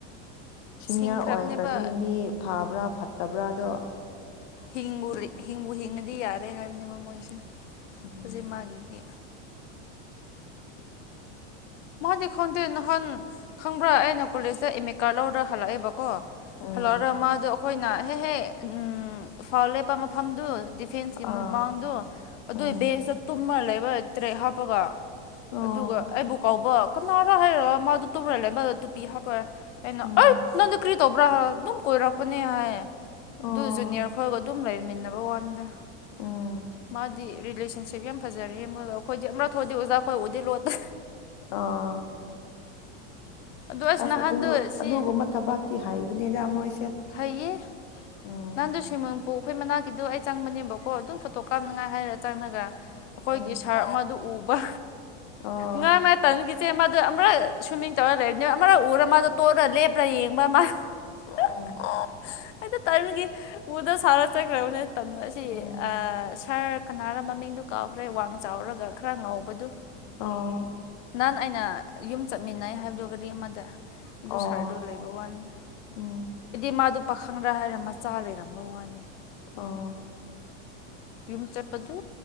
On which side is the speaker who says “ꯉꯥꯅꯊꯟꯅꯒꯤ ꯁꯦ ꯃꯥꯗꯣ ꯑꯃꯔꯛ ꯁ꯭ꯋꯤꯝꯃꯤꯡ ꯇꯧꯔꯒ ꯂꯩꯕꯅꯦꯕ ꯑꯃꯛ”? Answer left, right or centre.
Left